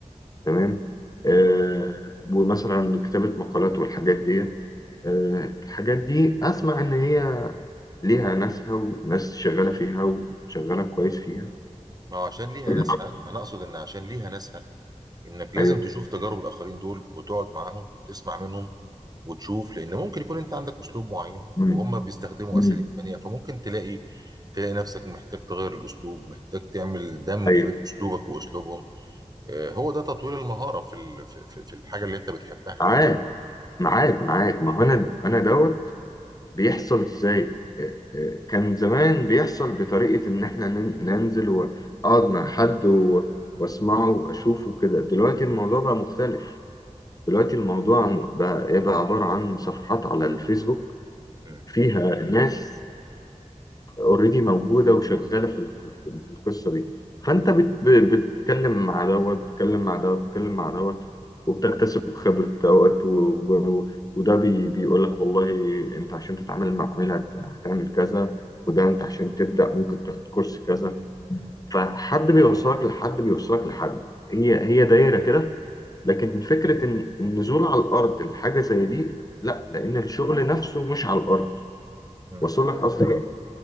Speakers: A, on the left; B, on the right.
A: تمام آه ومثلا كتابة مقالات والحاجات ديت آه الحاجات دي أسمع إن هي ليها ناسها وناس شغالة فيها وشغالة كويس فيها
B: ما هو عشان ليها ناسها
A: آه
B: انا اقصد ان عشان ليها ناسها انك لازم
A: أيوه
B: تشوف تجارب الاخرين دول وتقعد معاهم وتسمع منهم وتشوف لان ممكن يكون انت عندك اسلوب معين
A: مم.
B: وهم بيستخدموا
A: مم.
B: اساليب تانية فممكن تلاقي تلاقي نفسك محتاج تغير الاسلوب محتاج تعمل دمج
A: أيوه
B: بين اسلوبك واسلوبهم آه، هو ده تطوير المهارة في ال- في في- في الحاجة اللي انت بتحبها يعني
A: معاك معاك معاك ما هو أنا أنا دوت بيحصل ازاي آه، آه، كان زمان بيحصل بطريقة ان احنا نن- ننزل واقعد مع حد و- واسمعه واشوفه كده دلوقتي الموضوع بقى مختلف دلوقتي الموضوع م- بقى ايه بقى عبارة عن صفحات على الفيسبوك
B: مم.
A: فيها ناس اوريدي موجوده وشغاله في ال- في ال- في القصه دي فانت بت ب- بتتكلم مع دوت بتتكلم مع دوت بتتكلم مع دوت وبتكتسب خبره دوت و- و- و- وده بي بيقول لك والله انت عشان تتعامل مع عميل هت- هتعمل كذا وده انت عشان تبدا ممكن تاخد كورس كذا فحد بيوصلك لحد بيوصلك لحد هي هي دايره كده لكن فكره ان النزول على الارض لحاجه زي دي لا لان الشغل نفسه مش على الارض
B: مم.
A: وصل لك قصدي إيه؟